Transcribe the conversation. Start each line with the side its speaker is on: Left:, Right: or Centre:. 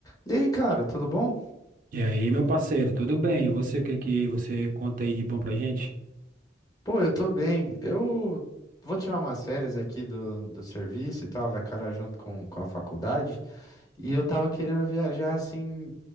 Left: E aí, cara, tudo bom?
Right: E aí, meu parceiro, tudo bem? E você, o que que você conta aí de bom pra gente?
Left: Pô, eu tô bem. Eu vou tirar umas férias aqui do, do serviço e tal, vai calhar junto com, com a faculdade. E eu tava querendo viajar assim,